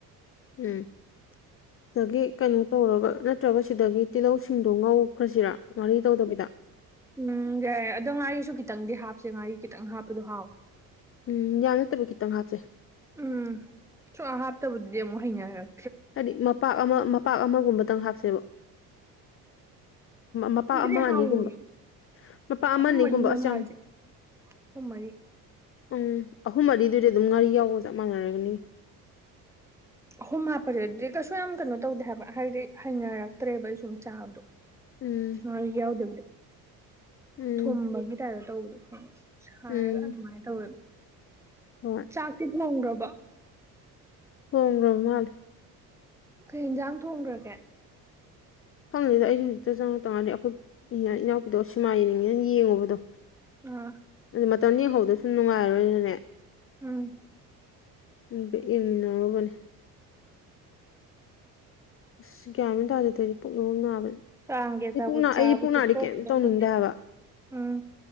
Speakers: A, on the left; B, in the centre.
A: ꯎꯝ ꯁꯤꯗꯒꯤ ꯀꯩꯅꯣ ꯇꯧꯔꯒ ꯅꯠꯇ꯭ꯔꯒ ꯁꯤꯗꯒꯤ ꯇꯤꯜꯍꯧ ꯁꯤꯡꯗꯣ ꯉꯧꯈ꯭ꯔꯁꯤꯔ ꯉꯥꯔꯤ ꯇꯧꯗꯕꯤꯗ
B: ꯎꯝ ꯌꯥꯏꯌꯦ ꯑꯗꯣ ꯉꯥꯔꯤꯁꯨ ꯈꯤꯇꯪꯗꯤ ꯍꯥꯞꯁꯦ ꯉꯥꯔꯤ ꯈꯤꯇꯪ ꯍꯥꯞꯄꯗꯣ ꯍꯥꯎꯋꯦ
A: ꯎꯝ ꯌꯥꯝ ꯅꯠꯇꯕꯤ ꯈꯤꯇꯪ ꯍꯥꯞꯁꯦ
B: ꯎꯝ ꯁꯨꯛ ꯍꯥꯞ ꯍꯥꯞꯇꯕꯗꯨꯗꯤ ꯑꯃꯨꯛ ꯍꯩꯅꯔꯣꯏ
A: ꯍꯥꯏꯗꯤ ꯃꯄꯥꯛ ꯑꯃ ꯃꯄꯥꯛ ꯑꯃꯒꯨꯝꯕꯗꯪ ꯍꯥꯞꯁꯦꯕ ꯃꯄꯥꯛ
B: ꯑꯗꯨꯗꯤ
A: ꯑꯃ
B: ꯍꯥꯎꯋꯤ
A: ꯑꯅꯤꯒꯨꯝꯕ ꯃꯄꯥꯛ ꯑꯃ
B: ꯑꯍꯨꯝ
A: ꯑꯅꯤꯒꯨꯝꯕ
B: ꯃꯔꯤꯅꯦ
A: ꯑꯆꯝ
B: ꯍꯥꯏꯁꯦ ꯑꯍꯨꯝ ꯃꯔꯤ
A: ꯎꯝ ꯑꯍꯨꯝ ꯃꯔꯤꯗꯨꯗꯤ ꯑꯗꯨꯝ ꯉꯥꯔꯤ ꯌꯥꯎꯕꯒ ꯆꯞ ꯃꯥꯟꯅꯔꯒꯅꯤ
B: ꯑꯍꯨꯝ ꯍꯥꯞꯄꯁꯦ ꯑꯗꯨꯗꯤ ꯀꯩꯁꯨ ꯌꯥꯝ ꯀꯩꯅꯣ ꯇꯧꯗꯦ ꯍꯥꯏꯕ ꯍꯥꯏꯗꯤ ꯍꯩꯅꯔꯛꯇ꯭ꯔꯦꯕ ꯑꯩ ꯁꯨꯝ ꯆꯥꯕꯗꯣ
A: ꯎꯝ
B: ꯉꯥꯔꯤ ꯌꯥꯎꯗꯕꯤꯗ
A: ꯎꯝ
B: ꯊꯨꯝꯕꯒꯤ ꯇꯥꯏꯞꯇ ꯇꯧꯕꯗꯣ ꯈꯪꯕꯔꯥ ꯁꯥꯏꯔꯒ
A: ꯎꯝ
B: ꯑꯗꯨꯃꯥꯏꯅ ꯇꯧꯂꯩꯕꯗꫭ
A: ꯍꯣꯏ
B: ꯆꯥꯛꯇꯤ ꯊꯣꯡꯈ꯭ꯔꯕꫭ
A: ꯊꫭꯡꯈꯔꯥꯕ ꯃꯥꯜꯂꯦ
B: ꯀꯩ ꯌꯦꯟꯖꯥꯡ ꯊꯣꯡꯈ꯭ꯔꯒꯦ
A: ꯈꯪꯗꯦꯗꯥ ꯑꯩꯁꯨ ꯍꯧꯖꯤꯛꯇ ꯆꯪꯉꯛꯇꯉꯥꯏꯔꯤ ꯑꯩꯈꯣꯏ ꯏ ꯏꯅꯥꯎ ꯁꯤꯗꯣ ꯁꯤꯅꯤꯃꯥ ꯌꯦꯡꯅꯤꯡꯉꯤꯅ ꯌꯦꯡꯉꯨꯕꯗꯣ
B: ꯑꯥ
A: ꯑꯗꯨ ꯃꯇꯝ ꯌꯦꯡꯍꯧꯕꯗꯣ ꯅꯨꯡꯉꯥꯏꯔꯣꯏꯅꯦ
B: ꯎꯝ
A: <unintelligible> ꯌꯦꯡꯃꯤꯟꯅꯔꯨꯕꯅꯦ ꯑꯁ ꯒꯌ꯭ꯥꯟ ꯃꯦꯜ ꯇꯥꯗꯦ ꯇꯧꯔꯤꯁꯦ ꯄꯨꯛꯅ ꯃꯔꯣꯟ ꯑꯃ ꯅꯥꯕꯅꯦ
B: ꯀꯥꯡꯒꯤ ꯑꯆꯥꯄꯣꯠ
A: ꯑꯩ ꯄꯨꯛ ꯅꯥ
B: ꯆꯥꯕꯁꯨ
A: ꯑꯩ ꯄꯨꯛ ꯅꯥꯔꯗꯤ
B: ꯊꯣꯛ
A: ꯀꯩꯝ
B: ꯇꯔꯦ ꯑꯩꯈꯣꯏꯗꯤ
A: ꯇꯧꯅꯤꯡꯗꯦ ꯍꯥꯏꯕ
B: ꯎꯝ